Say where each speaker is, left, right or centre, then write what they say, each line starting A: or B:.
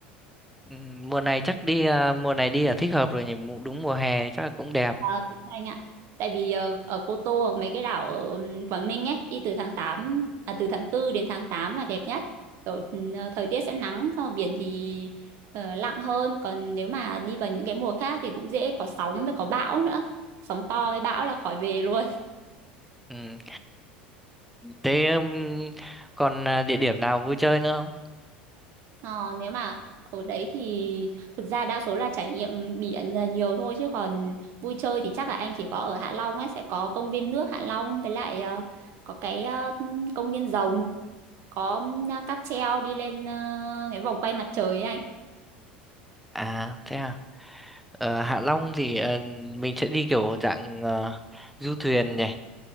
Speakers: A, in the centre; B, on the right (about 55°).
A: Ừm, Mùa này chắc đi à, mùa này đi là thích hợp rồi nhỉ, Mù- đúng mùa hè thì chắc là cũng đẹp.
B: Ờ, đúng rồi anh ạ. Tại vì ờ, ở Cô Tô hoặc mấy cái đảo ở ừm, Quảng Ninh ấy đi từ tháng 8 à từ tháng tư đến tháng 8 là đẹp nhất. Kiểu, ừm, ờ, thời tiết sẽ nắng xong rồi biển thì ờ, lặng hơn, còn nếu mà đi vào những cái mùa khác thì cũng dễ có sóng với có bão nữa. Sóng to với bão là khỏi về luôn. <laughs>
A: Ừm, Thế ừm, còn à, địa điểm nào vui chơi nữa không?
B: Ờ, nếu mà ở đấy thì thực ra đa số là trải nghiệm biển là nhiều thôi chứ còn vui chơi thì chắc là anh chỉ có ở Hạ Long ấy sẽ có công viên nước Hạ Long với lại ờ, có cái ờ, công viên rồng có à, cáp treo đi lên à, cái vòng quay mặt trời ấy anh
A: À, thế à. Ờ, Hạ Long thì ờ, mình sẽ đi kiểu dạng ờ, du thuyền nhỉ.